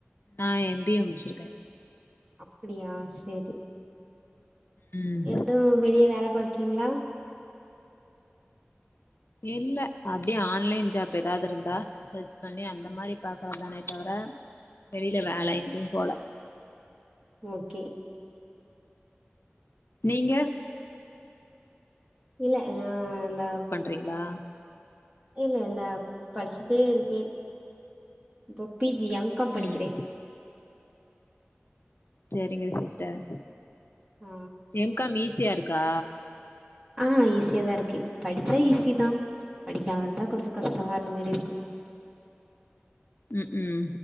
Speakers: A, on the left; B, on the right.
A: நா எம் பி ஏ முடிச்சிருக்கே
B: அப்பிடியா செரி
A: ம்
B: எதா வெளிய வேல பாக்கிங்ளா
A: இல்ல அப்டியே ஆன்லைன் ஜாப் எதாது இருந்தா சர்ச் பண்ணி அந்த மாரி பாக்கறதானே தவர வெளில வேல எங்கயு போல
B: ஓகே
A: நீங்க
B: இல்ல நா அந்தா
A: பண்றிங்ளா
B: இல்ல இல்ல படிச்சிட்டே இருக்கே இப்போ பி ஜி எம் காம் படிக்கிறே
A: ம் செரிங்க சிஸ்டர்
B: ஆ
A: எம் காம் ஈஸியா இருக்கா
B: ஆ ஈஸியாதா இருக்கு படிச்சா ஈஸிதா படிக்காம இருந்தா கொஞ்சொ கஷ்டமா அந்த மேரி இருக்கு
A: ம் ம்